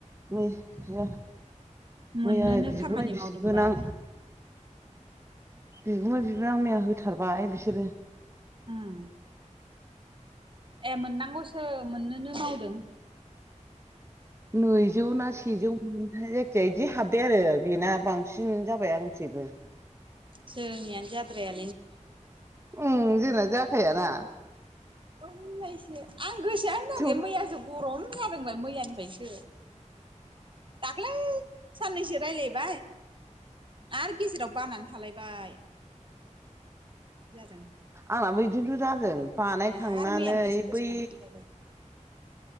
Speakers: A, on the right; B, on the right.
A: मै या
B: मोननोनो
A: मैया बिगुमै
B: खामानि
A: बिबोनां
B: मावदोंबा आरो
A: बेगुमै बि रा मैया होथारबाय बिसोरो
B: उम ए मोननांगौसो मोननोनो मावदों
A: नैजौ ना सेजौ मोनहाय जायखिया इदि हाबबाय आरो बेना बांसिन जाबाय आंख्रिबो <unintelligible>
B: जोंनियानो जाद्राया
A: उम जोंना जाखायाना
B: अयननायसो आं गोसोआ होनाखै
A: थेव
B: मैयाजो गर'म खादोंबाल मैयानिफ्रायसो। दाख्लै साननैसो रायज्लायबाय आरो गेजेराव बानानै थालायबाय जादों।
A: आंनाबो बिदिनोथ' जादों बानायखांनानै
B: ओमफ्राय आरो मैयानिफ्रायसो गोसोखांफिनलायबाय
A: बै